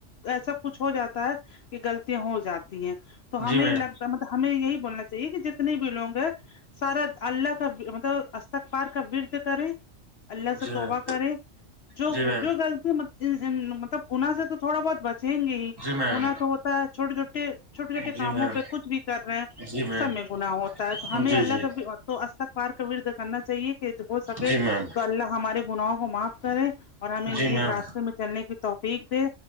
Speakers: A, on the left; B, on the right.
A: ایسا کچھ ہو جاتا ہے کہ غلطیاں ہو جاتی ہیں تو
B: جی
A: ہمیں
B: میم
A: لگ مطلب ہمیں یہی بولنا چاہیے کہ جتنے بھی لوگ ہیں سارا اللہ کا مطلب اسخار کا ورد کریں اللہ سے
B: جی میم
A: توبہ کرے جو
B: جی میم
A: جو غلطی مطلب گن سے تو تھوڑا بہت بچیں گے ہی
B: جی میم
A: منا تو ہوتا ہے چھوٹے چھوٹے چھوٹے چھوٹے
B: جی
A: کاموں
B: میم
A: پہ کچھ بھی کر رہے ہیں
B: جی میم
A: سب میں گنااہ ہوتا ہے تو ہمیں
B: جی
A: اللہ
B: جی
A: کا بھی تو اسستک پار کا وردھ کرنا چاہیے کہ ہو سکے
B: جی میم
A: تو اللہ ہمارے گناہ کو معاف کرے اور ہمیں
B: جی
A: نیک
B: میم
A: راستے میں چلنے کی توفیق دے